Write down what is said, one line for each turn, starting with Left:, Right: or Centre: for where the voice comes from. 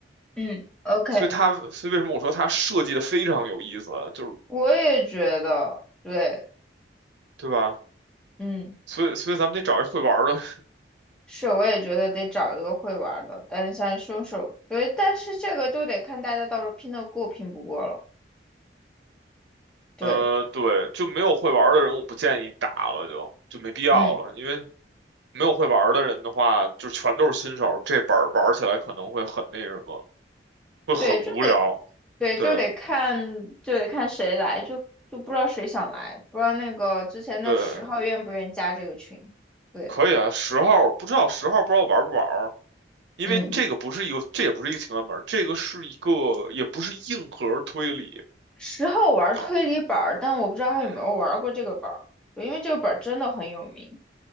Centre: 嗯，OK，
Right: 所以它所以为什么我说它设计的非常有意思，就是
Centre: 我也觉得，对，
Right: 对吧？
Centre: 嗯，
Right: 所以所以咱们得找一会玩的，
Centre: 是，我也觉得得找一个会玩儿的。但是像凶手，对，但是这个就得看大家到时候拼得过拼不过了。对，
Right: 呃，对，就没有会玩的人，我不建议打了就，就没必要了，
Centre: 嗯，
Right: 因为没有会玩的人的话，就全都是新手，这本儿玩起来可能会很那什么，会很无聊。
Centre: 对，就对，
Right: 对
Centre: 就得看，就得看谁来，就就不知道谁想来，不知道那个之前的十号愿不愿意加这个群。
Right: 对，
Centre: 对，
Right: 可以啊，十号不知道十号不知道玩不玩因为这个不是一个，
Centre: 嗯。
Right: 这也不是一个情感本儿，这个是一个，也不是硬核推理。
Centre: 十号玩推理本儿，
Right: 好，
Centre: 但我不知道他有没有玩过这个本儿，
Right: 嗯，
Centre: 对，因为这个本儿真的很有名。